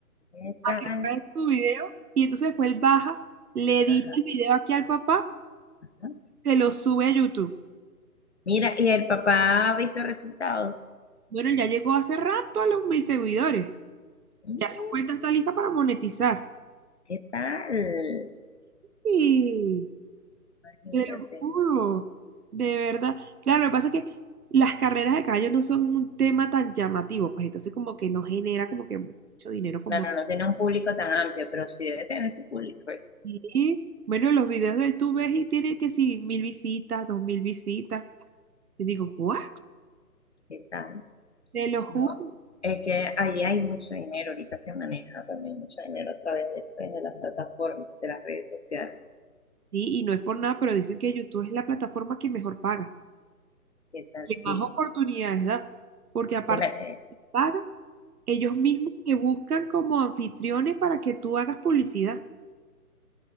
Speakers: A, on the left; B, on the right.
A: ¿Qué
B: a
A: tal?
B: que grabe su video. Y entonces después él baja, le edita
A: Ajá.
B: el video aquí al papá,
A: ¿no?
B: se lo sube a YouTube.
A: Mira, y el papá ha visto resultados.
B: Bueno, él ya llegó hace rato a los mil seguidores.
A: Mm,
B: Ya su cuenta está lista para monetizar.
A: ¿Qué tal?
B: y.
A: Imagínate.
B: Te lo juro, de verdad. Claro, lo que pasa es que las carreras de caballo no son un tema tan llamativo, pues entonces como que no genera como que mucho dinero como...
A: Claro, no tiene un público tan amplio, pero sí debe tener su público.
B: Sí. Bueno, los videos de él tú ves y tiene que sí, mil visitas, dos mil visitas. Y digo, ¿what?
A: ¿Qué tal?
B: Te lo juro.
A: No, es que ahí hay mucho dinero, ahorita se maneja también mucho dinero a través de, pues, de las plataformas, de las redes sociales.
B: Sí, y no es por nada, pero dicen que YouTube es la plataforma que mejor paga,
A: ¿Qué tal?
B: que
A: Sí.
B: más oportunidades da, porque aparte
A: Mira, eh,
B: de que paga, ellos mismos te buscan como anfitriones para que tú hagas publicidad.